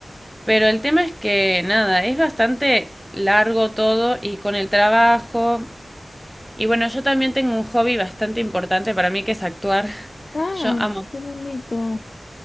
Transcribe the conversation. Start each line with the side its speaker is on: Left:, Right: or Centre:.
Centre: pero el tema es que nada, es bastante largo todo y con el trabajo. Y bueno, yo también tengo un hobby bastante importante para mí que es actuar. <laughs>
Left: Ah,
Centre: Yo amo
Left: qué bonito.